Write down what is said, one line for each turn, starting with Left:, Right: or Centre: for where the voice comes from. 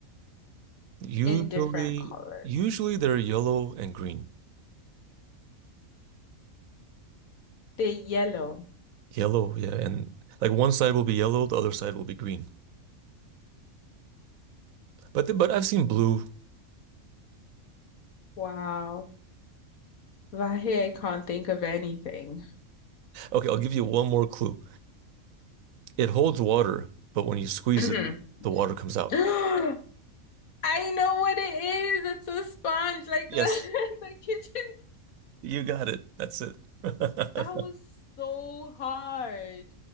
Right: Usually,
Left: in different colors.
Right: usually they're yellow and green.
Left: They're yellow.
Right: Yellow, yeah, and like one side will be yellow, the other side will be green. But th- but I've seen blue.
Left: Wow. Vahe, I can't think of anything.
Right: Okay, I'll give you one more clue. It holds water, but when you squeeze
Left: hmm
Right: it, the water comes out.
Left: <gasps> I know what it is. It's a sponge, like
Right: Yes,
Left: the, <laughs> the kitchen.
Right: you got it. That's it. <laughs>
Left: That was so hard.